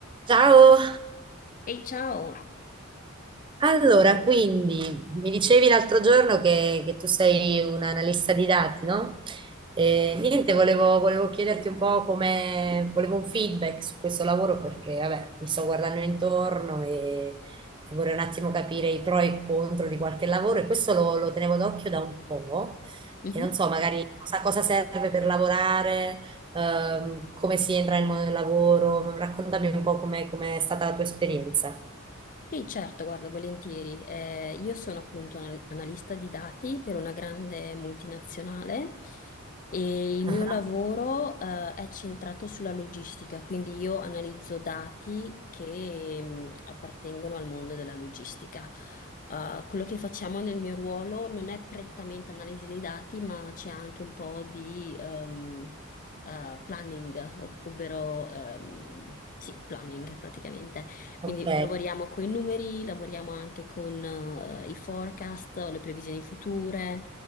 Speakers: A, on the right; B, on the left.
A: Ciao!
B: Ehi, ciao!
A: Allora, quindi mi dicevi l'altro giorno che, che tu sei un analista di dati, no? E, niente, volevo, volevo chiederti un po' come, volevo un feedback su questo lavoro perché, vabbè, mi sto guardando intorno e, e vorrei un attimo capire i pro e i contro di qualche lavoro e questo lo, lo tenevo d'occhio da un po'
B: Mhm.
A: e non so, magari cosa, cosa serve per lavorare, ehm, come si entra nel mondo del lavoro, raccontami un po' come come è stata la tua esperienza.
B: Sì, certo, guarda, volentieri. Eh, io sono appunto anal- analista di dati per una grande multinazionale e il
A: Ah,
B: mio lavoro, eh, è centrato sulla logistica, quindi io analizzo dati che, mh, appartengono al mondo della logistica. Eh, quello che facciamo nel mio ruolo non è prettamente analisi dei dati, ma c'è anche un po' di, ehm, eh, planning, ov- ovvero ehm, sì, planning praticamente. Quindi
A: ok.
B: lavoriamo con i numeri, lavoriamo anche con eh, i forecast, le previsioni future,